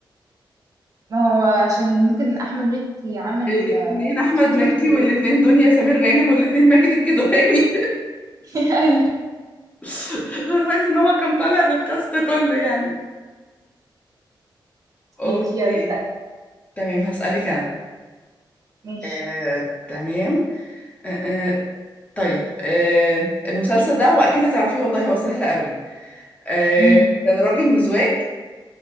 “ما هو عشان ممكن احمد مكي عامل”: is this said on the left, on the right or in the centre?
Right